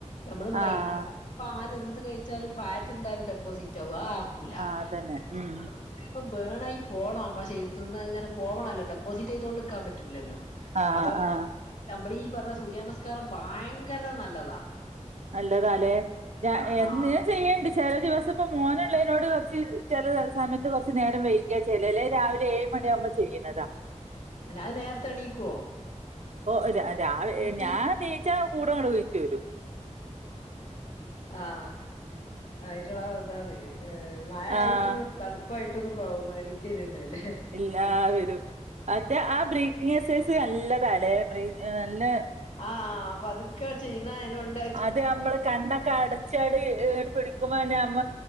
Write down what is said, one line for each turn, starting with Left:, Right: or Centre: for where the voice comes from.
Left: നമ്മള്
Right: ആഹ്
Left: കൈ ഇപ്പ ആര് എന്ത് കഴിച്ചാലും ഫാറ്റ് എന്തായാലും ഡെപ്പോസിറ്റ് ആവും ആഹ ക്കുല
Right: ആഹ് അതന്നെ
Left: <unintelligible>
Right: ഉം
Left: പ്പ ബേൺ ആയി പോണം നമ്മുടെ സരിരത്തിന്ന് അഹ് ഇങ്ങനെ പോകണല്ലോ ഡെപ്പോസിറ്റ് ചെയ്തെണ്ട് രിക്കാൻ പറ്റില്ലല്ലോ
Right: ആഹ്
Left: അപ്പൊ
Right: ആഹ്
Left: നമ്മൾ ഈ പറഞ്ഞ സൂര്യനമസ്കാരം ഭയങ്കര നല്ലതാ
Right: നല്ലതലേ ഞാൻ
Left: അത്
Right: എന്ന് ചെയ്യണ്ട് ചില ദിവസം ഇപ്പ മോനുള്ളതിനോട് കുറച്ച് ചില സമയത്ത് കുറച്ച് നേരം വെയി ക്കാ ചെലരെ രാവിലെ ഏയ് മണിയാകുമ്പോ ചെയ്യന്നതാ
Left: അല്ല അഹ് നേരത്തെ എണീക്കുവോ
Right: ഓ രാ രാവെ
Left: കുട്ടി
Right: ഞാൻ നിച്ചാ കൂടങ്ങടെ നിഴിച്ചു വരും
Left: ആഹ ആയിട്ടുള്ള ഇതാണ് മായ
Right: ആഹ്
Left: ആയിട്ടും തണുപ്പായിട്ടൊന്നും കേ എണീ്ട്ട് വരാന്നെ ല്ലേ
Right: ഇല്ലാവരും മറ്റേ ആ ബ്രീ പിസ് ഹെസ് സെ സ് നല്ലതല്ലേ നല്ല
Left: ആഹ ആഹാ പതുക്കെ ചെയ്ന അയണൊണ്ട്
Right: അത നമ്മള് കണ്ണൊക്കെ അടച്ചാട് പിടിക്കുമ്പോ തന്നെ നമ്മ